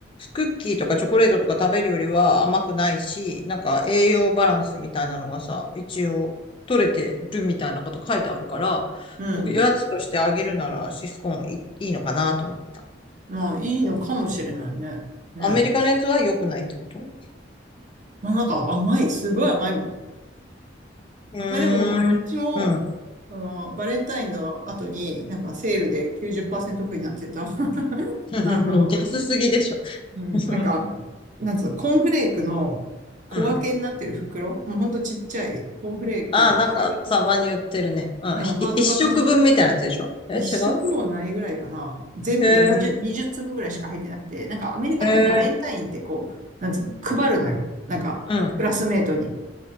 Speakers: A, on the left (about 30°); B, on the right (about 45°).
A: クッキーとかチョコレートとか食べるよりは甘くないし、なんか栄養バランスみたいなのがさ、一応取れてるみたいなこと書いてあるから、
B: うん、
A: おやつとしてあげるならシスコーンいいいのかなと思ってた。
B: まあいいのかもしれないね。ね。
A: アメリカのやつは良くないってこと
B: まあなんか甘い、すごい甘いもん。
A: うーん。
B: まあでも、うちも、
A: うん。うん。
B: その、バレンタインの後に、なんかセールで90%オフになってた、<laughs>
A: <laughs>
B: あの、
A: 安すぎでしょ。
B: うん、
A: <laughs>
B: なんかあの、なんつうの、コーンフレークの小分けになってる袋、
A: うん
B: もうほんとちっちゃい、コーンフレーク、
A: ああ、
B: ハート型、
A: なんか、たまに売ってるね。うん。
B: うん、
A: ひ一食分みたいなやつでしょえ、
B: ハート型一食もないぐらいかな。
A: 違う
B: 全部で20、
A: へえ、
B: 20粒ぐらいしか入ってなくて、なんかアメリカってバレンタインってこう、
A: へえ、
B: なんつうの、配るのよ。なんか、
A: うん。
B: クラスメートに、